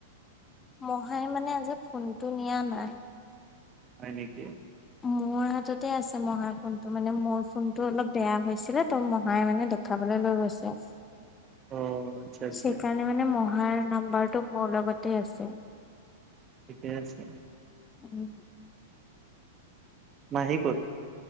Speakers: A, on the left (about 20°); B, on the right (about 30°).
A: মহাই মানে আজি ফোনটো নিয়া নাই।
B: হয় নেকি।
A: মোৰ হাততে আছে মহাৰ ফোনটো মানে মোৰ ফোনটো অলপ বেয়া হৈছিলে ত' মহাই মানে দে দেখাবলে লৈ গৈছে‌ আৰু
B: <unintelligible> অ', আচ্ছা আচ্ছা
A: সেইকাৰণে মানে মহাৰ নাম্বাৰটো মোৰ লগতে আছে
B: ঠিকে আছে।
A: উম।
B: মাহী ক'ত?